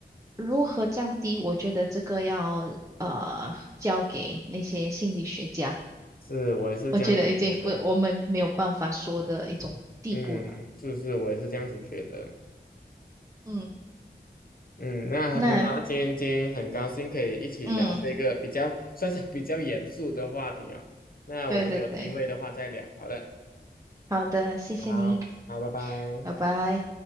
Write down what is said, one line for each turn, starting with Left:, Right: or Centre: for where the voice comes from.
Right: 如何降低？我觉得这个要呃交给那些心理学家，
Left: 是，我也是这样子觉得，
Right: 我觉得已经不我们没有办法说的一种地步了。
Left: 嗯，是是，我也是这样子觉得。
Right: 嗯，
Left: 嗯，那很好，
Right: 那
Left: 今天今天很高兴可以一起聊嗯这个比较
Right: 嗯，
Left: <laughs> 算是比较严肃的话题哦。那我们有机会的话再聊，
Right: 对对对，
Left: 好的，
Right: 好的，谢谢你，
Left: 好，好，拜拜。
Right: 拜拜。